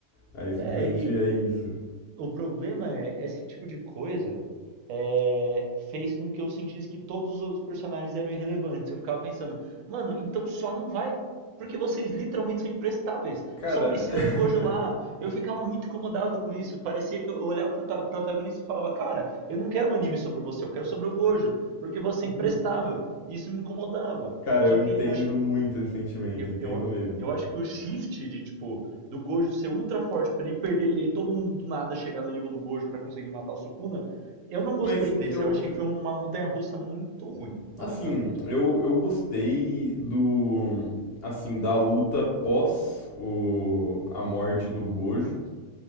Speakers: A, on the left; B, on the right.
A: Aí
B: é,
A: simplesmente
B: e
A: é isso.
B: O problema é, esse tipo de coisa é, fez com que eu sentisse que todos os outros personagens eram irrelevantes. Eu ficava pensando, mano, então só não vai. Porque vocês literalmente são imprestáveis.
A: Cara,
B: Só precisa
A: <laughs>
B: do Gojo lá. Eu ficava muito incomodado com isso. Parecia que eu olhava pro ta- protagonista e falava, cara, eu não quero um anime sobre você, eu quero sobre o Gojo. Porque você é imprestável. E isso me incomodava.
A: Cara,
B: Só
A: eu entendo
B: que o, Cara,
A: muito esse sentimento,
B: eu,
A: entendo
B: eu,
A: mesmo.
B: eu acho que o shift de, tipo, do Gojo ser ultra forte pra ele perder e aí todo mundo do nada chegar no nível do Gojo pra conseguir matar o Sukuna, eu não gostei
A: Mas
B: desse.
A: eu,
B: Eu achei que foi uma montanha-russa muito ruim, honestamente.
A: assim, eu, eu gostei do, assim, da luta pós o, a morte do Gojo.